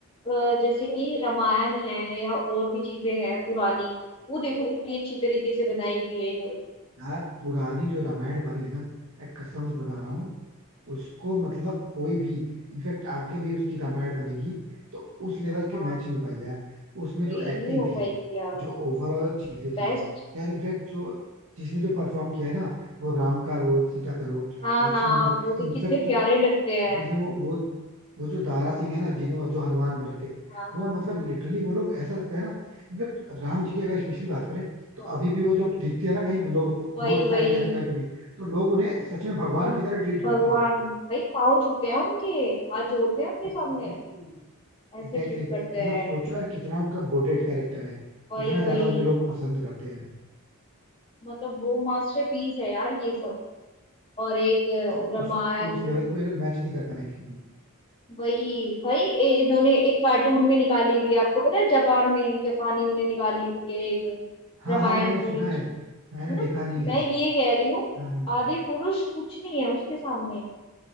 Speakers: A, on the left; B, on the right.
A: अ, जैसे कि रामायण है या और भी चीजें हैं पुरानी वो देखो कितनी अच्छी तरीके से बनाई हुई है इन्होंने
B: यार पुरानी जो रामायण बनी है ना मैं कसम से बता रहा हूँ उसको मतलब कोई भी इनफेक्ट आगे भी उसकी रामायण बनेगी तो उस लेवल के
A: हाँ
B: मैच नहीं हो पाएगा यार उसमें
A: ये
B: जो एक्टिंग
A: नहीं हो
B: थी
A: पाएगी यार
B: जो ओवरऑल चीजें थी
A: बेस्ट
B: यार इनफैक्ट जो जिसने जो परफॉर्म किया है ना वो राम का रोल सीता का रोल
A: हाँ
B: लक्ष्मण
A: हाँ
B: का
A: वो भी
B: इनफैक्ट
A: कितने
B: जो
A: प्यारे लगते हैं
B: जिसने वो वो वो जो दारा सिंह है ना जिन्हों जो हनुमान बने थे
A: हाँ
B: वो
A: हाँ
B: मतलब लिटरली वो लोग ऐसा लगता है ना इनफेक्ट राम जी की अगर स्पेशली बात करें तो
A: हाँ
B: अभी भी वो जब दिखते हैं ना कहीं लोग
A: वही
B: रोड साइड
A: वही
B: या फिर कहीं पे भी तो लोग उन्हें सच में भगवान
A: और
B: की तरह ट्रीट
A: भगवान
B: करते हैं
A: भाई पाँव छूते हैं उनके हाथ जोड़ते हैं उनके
B: एग्जैक्टली
A: सामने ऐसे
B: एग्जैक्टली
A: ट्रीट करते
B: मतलब
A: हैं
B: सोचो यार कितना उनका गोटेड कैरेक्टर है
A: वही
B: कितना
A: वही
B: ज्यादा उन्हें लोग पसंद करते हैं
A: मतलब वो मास्टरपीस है यार ये सब और एक अ,
B: और
A: रामायण
B: उस उस लेवल को ये लोग मैच नहीं कर पाएंगे
A: वही भाई ए- इन्होंने एक कार्टून में निकाली हुई है आपको पता है जापान में जापानियों ने निकाली हुई है एक
B: हाँ
A: रामायण
B: हाँ मैंने
A: पूरी
B: सुना
A: उसमें
B: है मैंने
A: है ना
B: देखा नहीं
A: मैं
B: है
A: ये कह रही हूँ
B: हाँ हाँ।
A: आदि पुरुष कुछ नहीं है उसके सामने